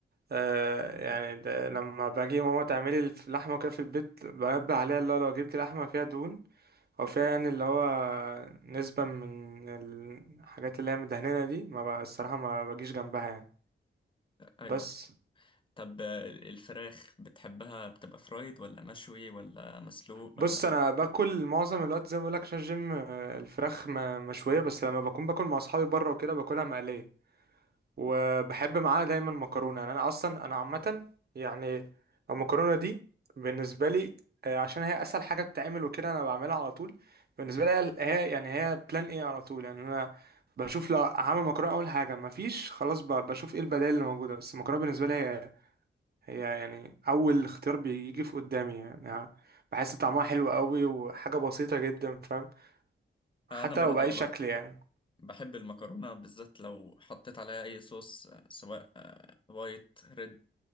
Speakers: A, on the right; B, on the left.
A: آه يعني ده لما باجي ماما تعملي الف- اللحمه كده في البيت بنبه عليها اللي هو لو جبت لحمه فيها دهون او فيها يعني اللي هو نسبة من الحاجات اللي هي مدهننة دي ما بقى الصراحة ما بجيش جنبها يعني
B: أيوة
A: بس
B: طب آه، الفراخ بتحبها بتبقى فرايد ولا مشوي ولا مسلوق
A: بص
B: ولا
A: انا باكل معظم الوقت زي ما بقول لك عشان الجيم آه، الفراخ م- مشويه بس لما بكون باكل مع اصحابي بره وكده باكلها مقليه وبحب معاها دايما مكرونه يعني انا اصلا انا عامه يعني المكرونه دي بالنسبه لي آه، عشان هي اسهل حاجه بتتعمل وكده انا بعملها على طول بالنسبه لي هي هي- يعني هي بلان ايه على طول يعني انا بشوف لو هعمل مكرونه اول حاجه مفيش خلاص ب- بشوف ايه البدائل اللي موجوده بس المكرونه بالنسبه لي هي يعني اول اختيار بيجي في قدامي يعني بحس طعمها حلو قوي وحاجه بسيطه جدا فاهم حتى
B: أنا برضو
A: لو باي شكل
B: ب-
A: يعني
B: بحب المكرونة بالذات لو حطيت عليها أي صوص آه، سواء آه، وايت ريد